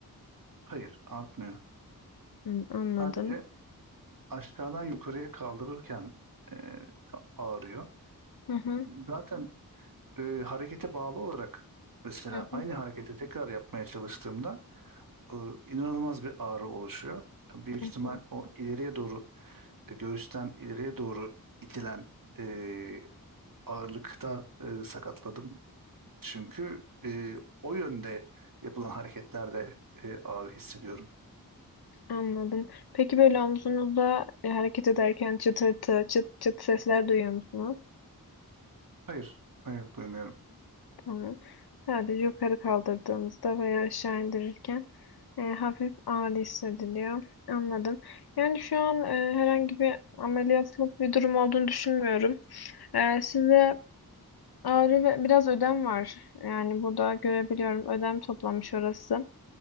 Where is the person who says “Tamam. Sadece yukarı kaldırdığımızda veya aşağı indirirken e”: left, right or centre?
Left